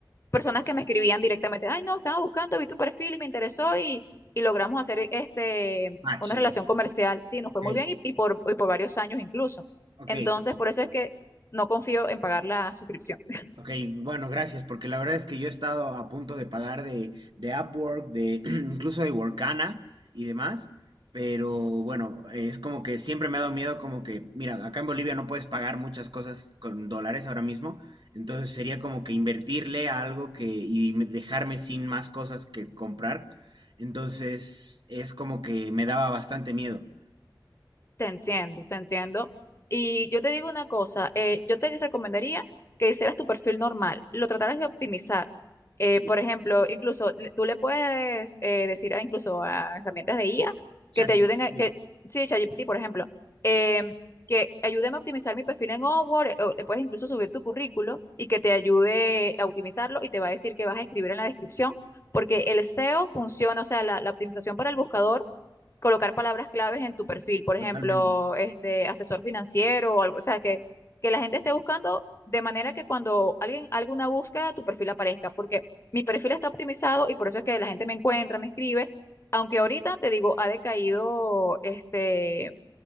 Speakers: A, on the left (about 35°); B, on the right (about 70°).
A: personas que me escribían directamente, ay, no, estaba buscando, vi tu perfil y me interesó y, y logramos hacer este,
B: match,
A: una relación
B: digo.
A: comercial. Sí, nos
B: Ok,
A: fue muy bien y, y por, y por varios años incluso.
B: ok,
A: Entonces, por eso es que no confío en pagar la suscripción. <laughs>
B: ok. Bueno, gracias, porque la verdad es que yo he estado a punto de pagar de, de Upwork, de <clears throat> incluso de Workana y demás, pero bueno, es como que siempre me ha dado miedo, como que, mira, acá en Bolivia no puedes pagar muchas cosas con dólares ahora mismo, entonces sería como que invertirle a algo que y me- dejarme sin más cosas que comprar, entonces es como que me daba bastante miedo.
A: Te entiendo, te entiendo. Y yo te digo una cosa, eh, yo te recomendaría que hicieras tu perfil normal, lo trataras de optimizar. Eh,
B: Sí,
A: por ejemplo, incluso le- tú le puedes eh, decir a, incluso a herramientas de IA que
B: ChatGPT.
A: te ayuden a, que, sí, ChatGPT, por ejemplo, em, que ayúdeme a optimizar mi perfil en Upwork, eh, o le puedes incluso subir tu currículo y que te ayude a optimizarlo y te va a decir que vas a escribir en la descripción, porque el SEO funciona, o sea, la la optimización para el buscador colocar palabras claves en tu perfil, por
B: Totalmente.
A: ejemplo, este asesor financiero o algo, o sea, que, que la gente esté buscando de manera que cuando alguien haga una búsqueda, tu perfil aparezca, porque mi perfil está optimizado y por eso es que la gente me encuentra, me escribe, aunque ahorita te digo, ha decaído este